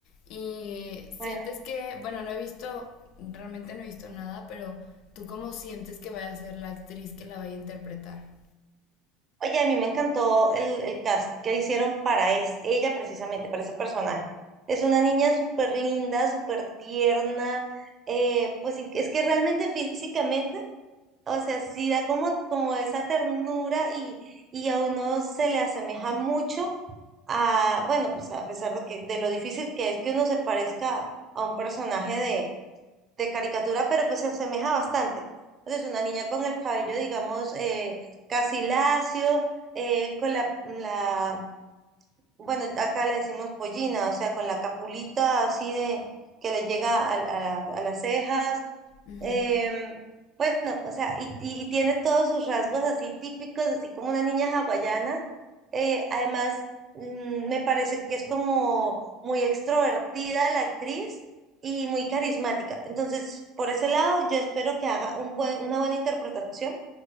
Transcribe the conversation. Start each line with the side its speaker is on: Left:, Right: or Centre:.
Left: Y sientes
Right: Bueno,
Left: que, bueno, no he visto, realmente no he visto nada, pero ¿tú cómo sientes que vaya a ser la actriz que la vaya a interpretar?
Right: oye, a mí me encantó el, el cast que hicieron para es, ella precisamente, para ese personaje. Es una niña súper linda, súper tierna, eh, pues in- es que realmente físicamente o sea, sí da como, como esa ternura y, y a uno se le asemeja mucho a, bueno, pues a pesar de que de lo difícil que es que uno se parezca a un personaje de, de caricatura, pero pues se asemeja bastante. Entonces, una niña con el cabello, digamos, eh, casi lacio, eh, con la, la, bueno, acá le decimos pollina, o sea, con la capulita así de que le llega a, a la- a las cejas
Left: Ujú,
Right: Em,
Left: ujú.
Right: bueno, o sea, y, y- y tiene todos sus rasgos así típicos, así como una niña hawaiana. Eh, además, mm, me parece que es como muy extrovertida la actriz y muy carismática. Entonces, por ese lado, yo espero que haga un buen, una buena interpretación,